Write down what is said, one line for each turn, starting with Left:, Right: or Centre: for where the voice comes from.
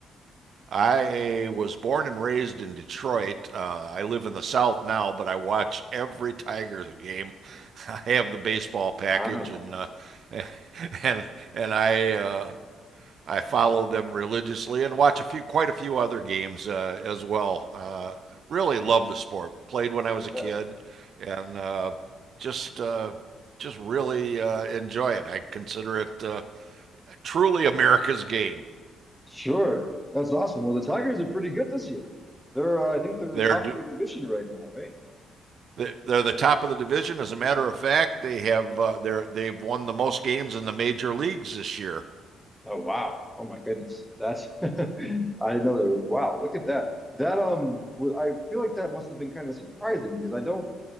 Right: I was born and raised in Detroit. Uh, I live in the South now, but I watch every Tigers game. <laughs> I have the baseball package,
Centre: Wow.
Right: and uh, <laughs> and and I uh, I follow them religiously and watch a few, quite a few other games uh, as well. Uh, really love the sport. Played when I was a
Centre: Yeah.
Right: kid, and uh, just uh, just really uh, enjoy it. I consider it uh, truly America's game.
Centre: Sure. That's awesome. Well, the Tigers are pretty good this year. They're uh, I think they're the
Right: They're
Centre: top
Right: do-
Centre: of their division right now, right?
Right: they- are the top of the division. As a matter of fact, they have uh, they're they've won the most games in the major leagues this year.
Centre: Oh wow. Oh my goodness. That's <laughs> I didn't know that. wow, look at that. That um w- I feel like that must have been kind of surprising because I don't